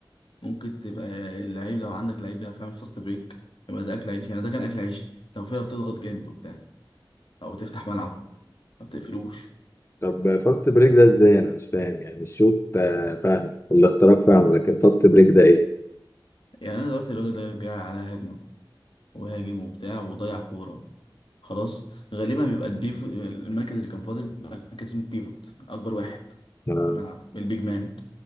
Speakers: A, on the left; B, on the left.
A: ممكن تبقى اللعيب لو عندك لعيب بيعرف يعمل فاست بريك يبقى ده اكل عيش يعني ده كان اكل عيش لو فرقه بتضغط جامد وبتاع او بتفتح ملعب ما بتقفلوش
B: طب فاست بريك ده ازاي انا مش فاهم يعني الشوط آه، فاهم والاختراق فاهم لكن فاست بريك ده ايه
A: يعني انا دلوقتي الراجل ده جاي على هجمه وهاجم وبتاع وضيع كوره خلاص غالبا بيبقى البيف المركز اللي كان فاضل مركز اسمه بيفوت اكبر واحد
B: آه،
A: في الملعب البيج مان